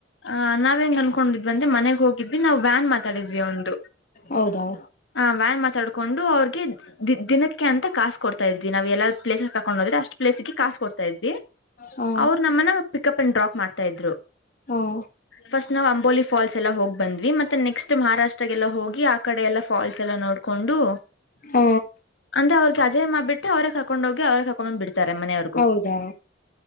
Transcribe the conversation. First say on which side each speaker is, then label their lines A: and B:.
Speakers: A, on the left; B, on the left.
A: ಆ ನಾವ್ ಹೆಂಗ್ ಅನ್ಕೊಂಡಿದ್ವಂದೆ ಮನೆಗ್ ಹೋಗಿದ್ವಿ ನಾವ್ ವ್ಯಾನ್ ಮಾತಾಡಿದ್ವಿ ಒಂದು
B: ಹೌದಾ
A: ಹ ವ್ಯಾನ್ ಮಾತಾಡ್ಕೊಂಡು ಅವ್ರಿಗೆ ದ ದಿನಕ್ಕೆ ಅಂತ ಕಾಾಸು ಕೊಡ್ತ ಾ ಇದ್ವಿ ನಾವವು ಎಲ್ಲಾ ಪ್ಲೇಸ್ ಕಕೊಂಡ್ೋದ್ರೆ ಅಷ್ಟ್ ಪ್ಲೇಸ್ಗೆ ಕಾಸ್ ಕೊಡ್ತಾ ಇದ್ವಿ
B: ಹ
A: ಅವ್ ನಮ್ಮನ ಪಿಕಪ್ ಅಂಡ್ ಡ್ರಾಪ್ ಮಾಡ್ತಾ ಇದ್ರು
B: ಹ
A: ಫಸ್ಟ್ ನಾವು ಅಂಬೋಲಿ ಫಾಲ್ಸ್ ಎಲ್ಲ ಹೋಗಿ ಬಂದ್ವಿ ಮತ್ತೆ ನೆಕ್ಸ್ಟ್ ಮಹಾರಾಷ್ಟ್ರ ಎಲ್ಲ ಹೋಗಿ ಆ ಕಡೆ ಎಲ್ಲ ಫಾಲ್ಸ್ಲ್ ನೋಡ್ ಕೊಂಡು
B: ಹ
A: ಅಂದ್ರೆ ಅವ್ರಗೆ ಅಜಯ ಮಾಡಬಿಟ್ಟ ಮತ್ತೆ ಅವ್ರೇ ಕಾಕೊಂಡ್ ಹೋಗಿ ಅವ್ರ ಕಾಕೊಂಡ್ ಬಿಡ್ತಾರೆ ಮನೆಯವ್ರಿಗು
B: ಹೌದಾ